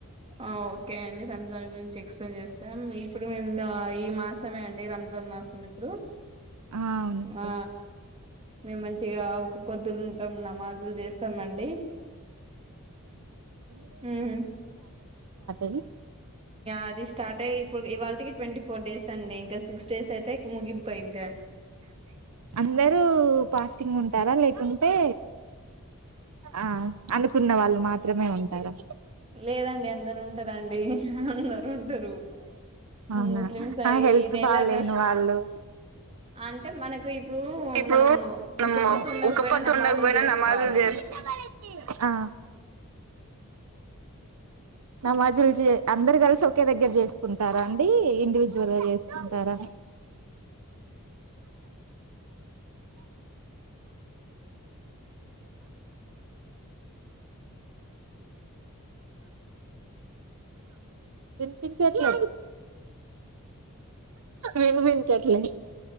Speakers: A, on the right; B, on the right.
A: ఆ ఓకే అండి రంజాన్ గురించి ఎక్స్ప్లెయిన్ చేస్తాం ఇప్పుడు మేము ఈ మాసమే అండి రంజాన్ మాసం ఇప్పుడు
B: ఆ అవునండించి
A: ఆ మేము మంచిగా ఒక పొద్దులు ఉంటాం నమాజులు చేస్తామండి ఉహ్
B: అయి
A: అది స్టార్ట్ అయ్యి ఇప్పుడు ఇవాళకి ట్వంటీ ఫోర్ డేస్ అండి ఇంకా సిక్స్ స్టేస్ అయితేయికు ముగింపు అయిది
B: అందరు ఫాస్టింగ్ ఉంటారా లేక అంటే ఆ అనుకున్న వాళ్ళు మాత్రమే ఉంటారా
A: లేదండి అందరు ఉంటారండి అందరు ఉంటారు
B: అవునా
A: ముస్లిమ్స్ అ
B: ఆ హెల్త్
A: ఈ నెల
B: బాలేని
A: న
B: వాళ్ళు
A: అంటే అంటే మనకు ఇప్పుడు
B: ఇప్పుడు
A: మనము
B: మనము
A: ఉక్కపొత్తు ఉండకపోయినా
B: ఉక్కపొద్దు
A: నమాజులు
B: ఉండకపోయినా
A: చేసుకోవాలండి
B: నమాజులు చేస్ ఆ నమాజులు చే అందరు కలిసి ఒకే దగ్గర చేసుకుంటారా అండి ఇండివిజువల్గా చేసుకుంటారా వినిపించలే వినిపించలే